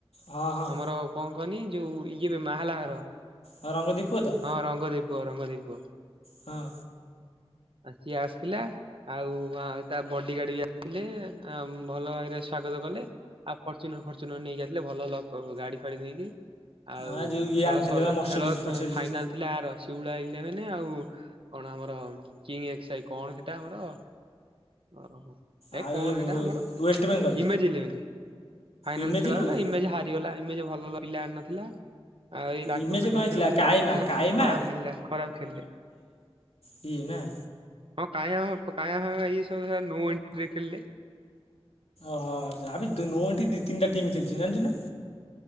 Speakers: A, on the left; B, on the right.
A: ହଁ ହଁ
B: ଆମର କଣ କହନି ଯୋଉ ଇଏବେ ମାହାଲା ଘର।
A: ହଁ ରଙ୍ଗ ଦେଇ ପୁଅ ତ?
B: ହଁ ରଙ୍ଗଦେଇ ପୁ ପୁଅ ରଙ୍ଗ ଦେଇ ପୁଅ।
A: ହଁ।
B: ଆ ସିଏ ଆସିଥିଲା। ଆଉ ଆ ତା ବଡିଗାର୍ଡ ବି ଆସିଥିଲେ ଭଲ ଭାବରେ ସ୍ଵାଗତ କଲେ। ଆଉ ଫର୍ଚୁନର ଫର୍ଚୁନର ନେଇକି ଆଇଥିଲେ ଭଲ ଲକ ଗାଡି ଫାଡି ନେଇକି। ଆଉ
A: ଆ ଯୋଉ ଇଏ
B: ଖେଳ
A: ଆଣିଥିଲେ
B: ଶ୍
A: ବା ମର୍ସଡିଜ
B: ଖେଳ
A: ଫର୍ସଡିଜ
B: ଫାଇନାଲ ଥିଲା ଆର ଶିଉଳା ଇଲେଭେନ ଆଉ କଣ ଆମର କିଙ୍ଗ ଏକ୍ସସାଇ କଣ ସେଇଟା ଆମର ଅ ହଉ ହେ
A: ଆଉ
B: କଣ
A: ଯୋଉ
B: ହେଟା ଆମର
A: ୱେଷ୍ଟବେଙ୍ଗଲ
B: ଇମେଜଇଲେଭ୍ରୀ ଫାଇନାଲ
A: ଇମେଜ
B: ଖେଳ
A: ନୁହେଁ
B: ହେଲା ଇମେଜ୍ ହା କଟିଗଲା ଏମେଜ୍ ଭଲ ଭଲ ପିଲା ଆଣି ନଥିଲା। ଆଉ ଏଇ ଲାଟୁ
A: ଇମେଜ
B: ଫାଟୁ
A: କଣ
B: ବି
A: ହେଇଥିଲା
B: ଖେଳୋଉଥିଲେ
A: କାଇମା କାଇମା
B: ଖରାପ ହେଲା ଖରାପ ଖେଳିଲେ।
A: କିଏ ନାଁ?
B: ହଁ କାଇଆଁ କାଇଆଁ ଭାମା ଏ ସବୁ ନୋ ଏଣ୍ଟ୍ରିରେ ଖେଳିଲେ।
A: ଓହୋ ଆବେ ନୋ ଏଣ୍ଟ୍ରିରେ ଦି ତିନିଟା ଟିମ୍ ଖେଳିଚନ୍ ଜାଣିଚ ନାଁ।